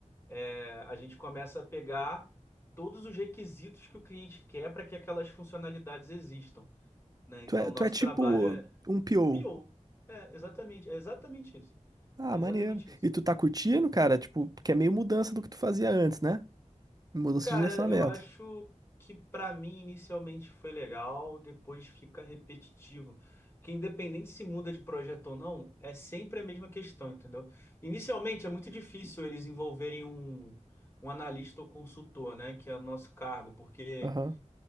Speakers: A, on the left; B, on the right.
A: é, a gente começa a pegar todos os requisitos que o cliente quer para que aquelas funcionalidades existam, né? Então,
B: Tu é, tu
A: nosso
B: é tipo
A: trabalho é
B: um PO.
A: PO. É, exatamente, é exatamente isso.
B: Ah,
A: É
B: maneiro.
A: exatamente isso.
B: E tu tá curtindo, cara? Tipo, porque é meio mudança do que tu fazia antes, né? Mudança
A: Cara,
B: de direcionamento.
A: eu acho que para mim inicialmente foi legal, depois fica repetitivo. Porque independente se muda de projeto ou não, é sempre a mesma questão, entendeu? Inicialmente é muito difícil eles envolverem um, um analista ou consultor, né? Que é o nosso cargo, porque
B: Aham.